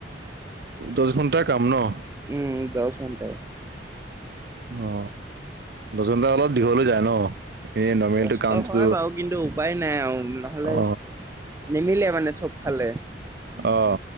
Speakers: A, on the right; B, on the right.
A: দশ ঘন্টাৰ কাম ন?
B: উম দহ ঘন্টাই
A: অ দশ ঘন্টা অলপ দীঘল হৈ যায় ন এনে নৰ্মেলটো
B: কষ্ট
A: কামটো
B: হয় বাৰু কিন্তু উপায় নাই আৱ নহলে
A: অ
B: নিমিলেই মানে চবফালে
A: অহ